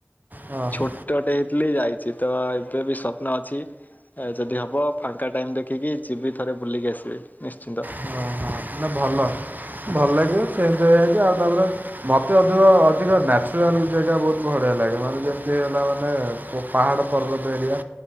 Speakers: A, on the right; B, on the left.
A: ହଁ
B: ଛୋଟଟେ
A: ହଁ।
B: ହେ ଲି ଯାଇଛି ତ ଏବେ ବି ସ୍ୱପ୍ନ ଅଛି ଯଦି ହବ ଫାଙ୍କା ଟାଇମ୍ ଦେଖିକି ଯିବି ଥରେ ବୁଲିକି ଆସିବି ନିଶ୍ଚିନ୍ତ।
A: ହଁ ହୋ ନା ଭଲ ଭଲ ଲାଗିବ ଚେଞ୍ଜ ହେଇଯାଇକି ଆଉ ତାପରେ ମୋତେ ଅଧିକ ଅଧିକ ନ୍ୟାଚୁରାଲ୍ ଜାଗା ବହୁତ ବଢ଼ିଆ ଲାଗେ ମାନେ ଯେମିତି ହେଲା ମାନେ ଓ ପାହାଡ଼ ପର୍ବତ ଏରିଆ।